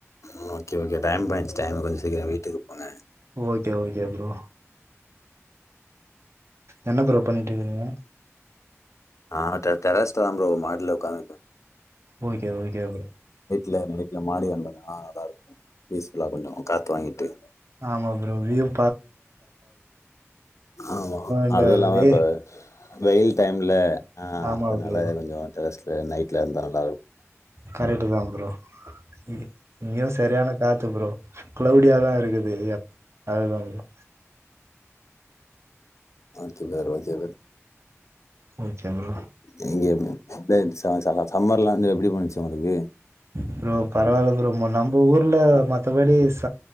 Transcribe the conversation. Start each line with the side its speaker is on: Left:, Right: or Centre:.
Left: ம் ஓக்கே ஓக்கே டைம் பாயிடிச் டைம் கொஞ்சோ சீக்கறோ வீட்டுக்கு போங்க
Right: ஓக்கே ஓக்கே ஃப்ரோ என்ன ப்ரோ பண்ணிட்டு இருக்கீங்க
Left: ஆ டெ டெரஸ்லதா ப்ரோ மாடில உக்காந் இருக்
Right: ஓக்கே ஓகே ஃப்ரோ
Left: இல்ல எங்க வீட்ல மாடில வந்தம்னா நல்லா இருக்கு பீஸ்ஃபுல்லா கொஞ்சோ காத்து வாங்கிட்டு
Right: ஆமா ஃப்ரோ வியூவ்
Left: ஆமா
Right: இந்த
Left: அதுவு இல்லாம
Right: வெயி
Left: இப்ப வெயில் டைம்ல ஆ
Right: ஆமா
Left: அதுனால
Right: ப்ரோ
Left: கொஞ்சோ டெரஸ்ல நைட்ல இருந்தா நல்லா இருக்கு
Right: கரெட்டுதா ஃப்ரோ எ இங்கயு சரியான காத்து ஃப்ரோ ஃக்ளவுடியாதா இருக்குது எப் அதுதா bro
Left: okay brother okay
Right: okay
Left: <unintelligible>
Right: bro
Left: இங்கயுமே நேத் சா <unintelligible> சம்மர்லா வந்து எப்டி போணுச்சு உங்களுக்கு
Right: ஃப்ரோ பரவால்ல ஃப்ரோ நம்ப ஊர்ல மத்தபடி ச